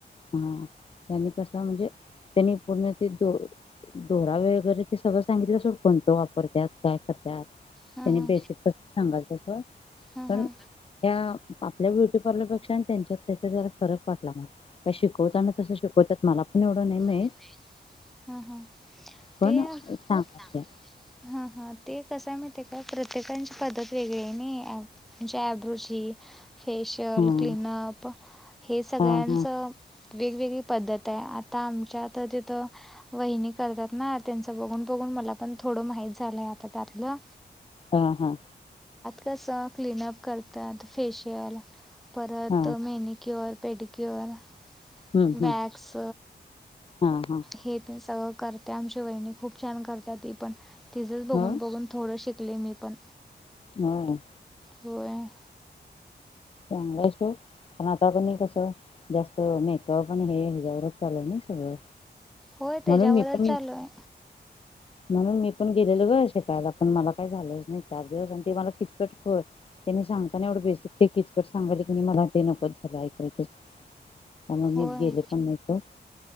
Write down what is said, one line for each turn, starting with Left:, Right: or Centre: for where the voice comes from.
Left: हा त्यांनी कसं म्हणजे? त्यांनी पूर्ण ते दो -दोरा वगैरे ते सगळं सांगितलं सोड कोणतं वापरत्यात काय करत्यात?
Centre: हा
Left: त्यानी
Centre: हा
Left: बेसिक कसं सांगालतीत बघ,
Centre: हा हा
Left: पण त्या आपल्या ब्युटी पार्लरपेक्षा आणि त्यांच्यात त्याचा जरा फरक वाटला मला, का शिकवताना तसं शिकवतात, मला पण एवढं नाही माहित.
Centre: <unintelligible> हा हा
Left: पण
Centre: ते सांगते
Left: सांगाल त्या
Centre: हा हा. ते कसं माहित आहे काय प्रत्येकाची पद्धत वेगळी हाय नी म्हणजे आयब्रोची. फेशयल
Left: हा
Centre: क्लीन अप हे सगळ्यांचं
Left: हा हा
Centre: वेगवेगळी पद्धत आहे आता आमच्यात. तर तिथं वहिनी करत्यात ना त्यांचं बघून बघून मला पण थोडं माहीत झालं आहे आता त्यातलं.
Left: हा हा
Centre: तसं क्लीनअप करत्यात फेशियल परत
Left: हा
Centre: मॅनिक्युअर. पेडिक्युअर.
Left: हम्म
Centre: बॅगस
Left: हम्म हा हा
Centre: हे ते सगळं करत्या आमच्या वहिणी खूप छान करत्या ती पण. तिजच बघून
Left: हो
Centre: बघून थोडं शिक शिकले मी पण.
Left: हा.
Centre: होय.
Left: चांगला आहे तो पण आता पण कसं जास्त मेकअप पण हे हवरच चालूय ना सगळं
Centre: होय त्याच्यावरच
Left: म्हणून मी पण
Centre: चालूय
Left: म्हणून मी पण गेलेल ग शिकायला पण मला काही झालंच नाही चार दिवस आणि ते मला किचकट कर त्यांनी सांगताना एवढं बेसिक तेठी सांग क मला ते नकत झालं ऐकल त्यामुळे
Centre: होय
Left: मी गेले पण्नासो